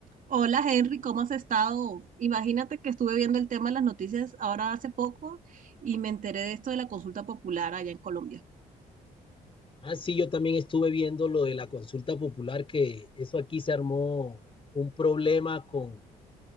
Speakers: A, on the right; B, on the left.
A: Hola Henry, ¿cómo has estado? Imagínate que estuve viendo el tema de las noticias ahora hace poco y me enteré de esto de la consulta popular allá en Colombia.
B: Ah, sí, yo también estuve viendo lo de la consulta popular, que eso aquí se armó un problema con,